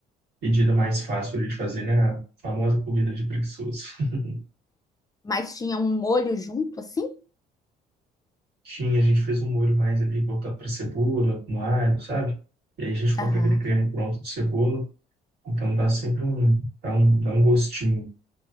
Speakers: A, on the right; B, on the left.
A: pedida mais fácil ali de fazer, né? A famosa comida de preguiçoso. <laughs>
B: Mas tinha um molho junto assim?
A: Tinha, a gente fez um molho mais ali voltado para cebola, com alho, sabe? E aí a gente compra
B: Aham.
A: aquele creme pronto de cebola, então dá sempre um, dá um, dá um gostinho.